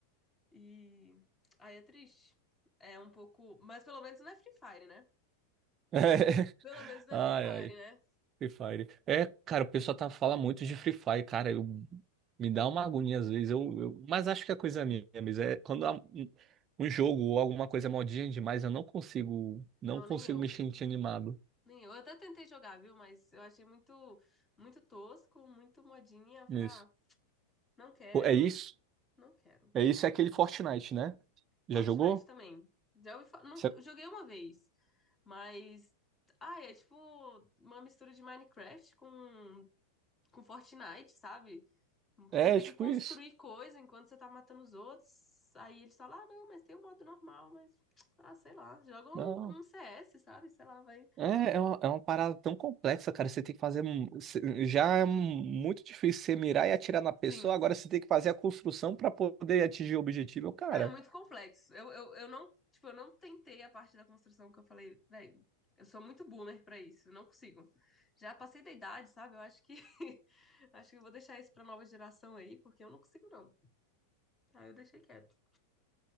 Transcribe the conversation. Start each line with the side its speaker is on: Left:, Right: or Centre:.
Left: E aí é triste. É um pouco. Mas pelo menos não é Free Fire, né?
Right: <laughs>
Left: Pelo menos não
Right: Ai,
Left: é Free Fire,
Right: ai.
Left: né?
Right: Free Fire. É, cara, o pessoal tá, fala muito de Free Fire, cara. Eu, me dá uma agonia às vezes. Eu, eu- mas acho que é coisa é minha, mas é quando há um um jogo ou alguma coisa é modinha demais, eu não consigo, não
Left: Não,
Right: consigo
Left: nem eu.
Right: me sentir animado.
Left: Nem eu. Eu até tentei jogar, viu? Mas eu achei muito, muito tosco, muito modinha. Eu
Right: Isso.
Left: falei, ah, não quero,
Right: Pô, é isso?
Left: não quero.
Right: É isso, é aquele Fortnite, né? Já
Left: Fortnite
Right: jogou?
Left: também. Já ouvi fa- não,
Right: Cê-
Left: eu joguei uma vez, mas. Ah, é tipo uma mistura de Minecraft com, com Fortnite, sabe? Você
Right: É,
Left: tem
Right: tipo
Left: que construir
Right: isso.
Left: coisa enquanto você tá matando os outros. Aí eles falam, ah, não, mas tem um modo normal, mas. Ah, sei lá. Joga um,
Right: Não.
Left: um CS, sabe? Sei lá, vai.
Right: É, é uma, é uma parada tão complexa, cara. Você tem que fazer. um- cê- Já é muito difícil você mirar e atirar na pessoa.
Left: Sim,
Right: Agora você tem que fazer a construção pra poder atingir o objetivo, cara.
Left: Não, é muito complexo. Eu, eu, eu não, tipo, eu não tentei a parte da construção que eu falei, velho, eu sou muito boomer pra isso, eu não consigo. Já passei da idade, sabe? Eu acho que <laughs> acho que eu vou deixar isso pra nova geração aí, porque eu não consigo não. Aí eu deixei quieto.